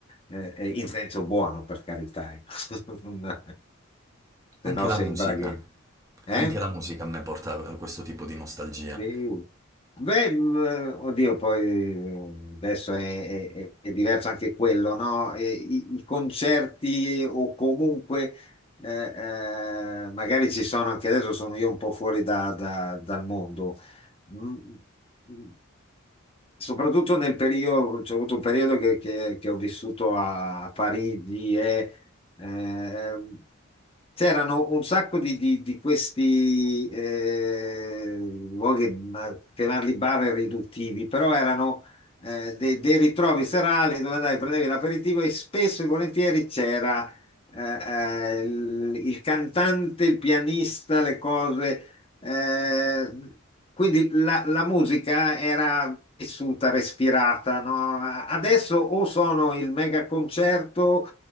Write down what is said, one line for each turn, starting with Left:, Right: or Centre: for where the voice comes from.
Left: eh, eh, in senso buono, per carità. ecco. <laughs> Non-
Right: Anche
Left: Se no
Right: la
Left: sembra
Right: musica,
Left: che... Eh?
Right: anche la musica a me porta a questo tipo di nostalgia.
Left: Sì. Beh, mh, oddio, poi eh, adesso è, è- è- è diverso anche quello, no? E I, i concerti o comunque, eh, eh, magari ci sono anche adesso, sono io un po' fuori da- da- dal mondo. Mm, mm, Soprattutto nel periodo, c'è avuto un periodo che, che- che ho vissuto a, a Parigi e eh, ehm, C'erano un sacco di, di- di questi, eh, luoghi, ma- chiamarli bar è riduttivi, però erano eh, de- dei ritrovi serali dove andavi, prendevi l'aperitivo e spesso e volentieri c'era eh, eh, il, il cantante, il pianista, le cose. eh, quindi la, la musica era vissuta, respirata, no? Adesso o sono il mega concerto